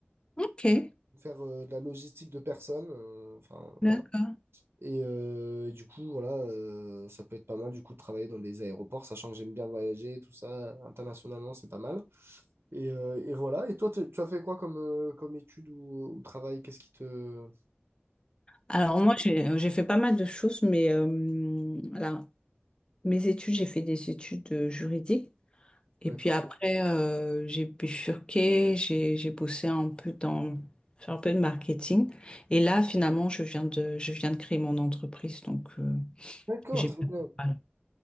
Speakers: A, on the left; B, on the right.
A: Ok.
B: faire euh, de la logistique de personnes. euh, Enfin,
A: D'accord.
B: Et euh, et du coup, voilà, euh, ça peut être pas mal du coup de travailler dans des aéroports, sachant que j'aime bien voyager, tout ça, internationalement, c'est pas mal. Et, euh, et voilà, et toi, tu tu as fait quoi comme, euh, comme étude ou, ou travail? Qu'est-ce qui te...
A: Alors moi, j'ai, j'ai fait pas mal de choses, mais euh, là, mes études, j'ai fait des études euh, juridiques. Et
B: D'accord,
A: puis après, euh, j'ai bifurqué, j'ai j'ai bossé un peu dans faire un peu de marketing. Et là, finalement, je viens de je viens de créer mon entreprise, donc euh,
B: D'accord,
A: j'ai
B: très bien.
A: voilà,